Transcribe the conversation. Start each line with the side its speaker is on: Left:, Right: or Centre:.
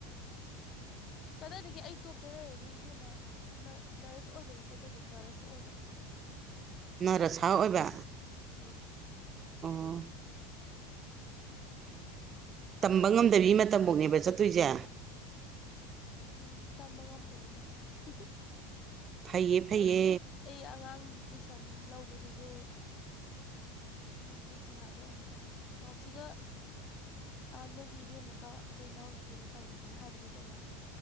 Left: ꯀꯗꯥꯏꯗꯒꯤ ꯑꯩ ꯇꯣꯞꯇ ꯂꯩꯔꯗꯤ ꯏꯕꯦꯝꯃꯥ ꯅꯔꯁ ꯑꯣꯏꯕꯅꯦ ꯆꯠꯇꯣꯏꯗꯣ ꯅꯔꯁ ꯑꯣꯏꯕ
Right: ꯅ ꯔꯁꯥ ꯑꯣꯏꯕ
Left: ꯑꯝ
Right: ꯑꯥ ꯇꯝꯕ ꯉꯝꯗꯕꯤ ꯃꯇꯝꯐꯥꯎꯅꯦꯕ ꯆꯠꯇꯣꯏꯁꯦ
Left: ꯎꯝ ꯇꯝꯕ ꯉꯝꯗꯕꯤꯒꯤ ꯃꯇꯝꯕꯨꯥꯎꯅꯤ
Right: ꯐꯩꯌꯦ ꯐꯩꯌꯦ
Left: ꯑꯩ ꯑꯩ ꯑꯉꯥꯡ ꯇꯨꯏꯁꯟ ꯂꯧꯕꯗꯨꯁꯨ ꯑꯗꯨꯅ ꯁꯨꯇꯤꯗ ꯊꯥꯗꯣꯛꯑꯝꯒꯗꯕꯅꯤ ꯅꯥꯎꯊꯤꯒ ꯅꯣꯏꯒꯤ ꯏꯕꯦꯝ ꯑꯃꯒ ꯑꯩꯈꯣꯏ ꯏꯅꯥꯎꯅꯄꯤꯗꯨꯒ ꯇꯧꯔꯝꯃꯣꯅ ꯍꯥꯏꯕꯅꯦꯕ ꯑꯩꯅ